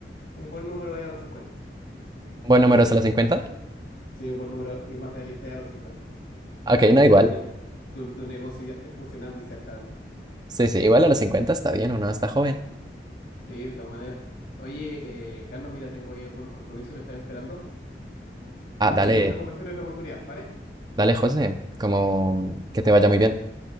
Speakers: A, on the left; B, on the right.
A: Un buen número es a los cincuenta
B: ¿Buen número es a los cincuenta
A: <laughs> Sí, un buen número y más realista es a los 50
B: Ok,
A: para que
B: no,
A: ya
B: igual.
A: tu, ne- tu, tu negocio ya esté funcionando y sea estable.
B: Sí, sí, igual a los 50 está bien, uno está joven.
A: Sí, de todas maneras. Oye, eh, Carlos, mira, tengo ahí algunos compromisos y me están esperando. Mantenemos
B: Ah, dale,
A: esta conversación en otra oportunidad, ¿vale?
B: dale, José, como que te vaya muy bien.